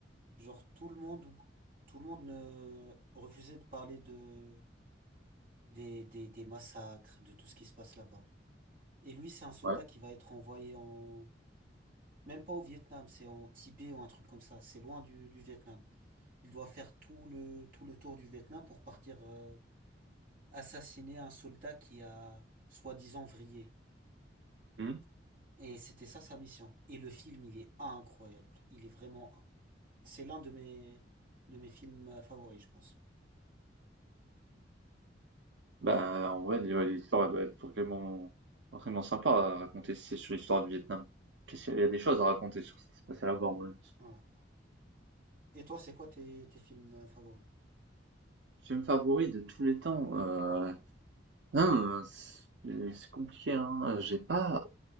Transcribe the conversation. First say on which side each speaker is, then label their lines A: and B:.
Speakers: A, on the right; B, on the right.
A: genre, tout le monde, ou- tout le monde ne refusait de parler de des, des, des massacres, de tout ce qui se passe là-bas. Et lui, c'est un soldat
B: Ouais.
A: qui va être envoyé en. Même pas au Vietnam, c'est en Tibet ou un truc comme ça. C'est loin du, du Vietnam. Il doit faire tout le, tout le tour du Vietnam pour partir. euh, assassiner un soldat qui a soi-disant vrillé.
B: Hmm
A: Et c'était ça sa mission. Et le film, il est incroyable. Il est vraiment... C'est l'un de mes... de mes films euh, favoris, je pense.
B: Bah, en vrai, ouais, l'histoire, elle doit être vraiment, vraiment sympa à raconter si c'est sur l'histoire du Vietnam. Qu'est-ce qu'il y a il y a des choses à raconter sur ce qui s'est passé là-bas, en vrai.
A: Ouais. Et toi, c'est quoi tes, tes films euh, favoris?
B: Film favori de tous les temps, euh, hein, c'est c'est compliqué, hein. J'ai pas,